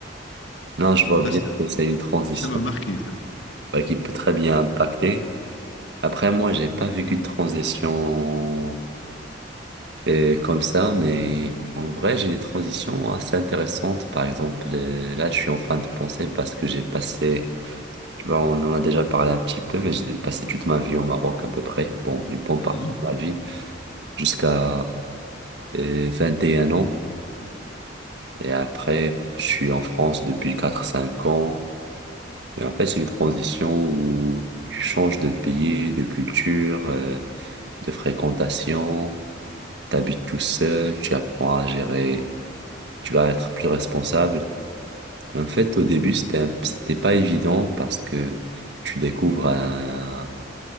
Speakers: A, on the right; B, on the left.
A: Non, je
B: Donc
A: vois
B: ça,
A: bien
B: ça
A: que c'est une transition.
B: ça m'a marqué, ça.
A: bah, qui peut très bien impacter. Après, moi, j'ai pas vécu de transition euh, comme ça, mais en vrai, j'ai des transitions assez intéressantes. Par exemple, euh, là, je suis en train de penser parce que j'ai passé, tu vois, on en a déjà parlé un petit peu, mais j'ai passé toute ma vie au Maroc à peu près. Bon, une bonne
B: Mhm.
A: partie de ma vie jusqu'à euh, 21 ans. Et après, je suis en France depuis quatre cinq ans. Et en fait, c'est une transition où tu changes de pays, de culture. euh, de fréquentation, t'habites tout seul, tu apprends à gérer, tu vas être plus responsable. En fait, au début, c'était, un- c'était pas évident parce que tu découvres un,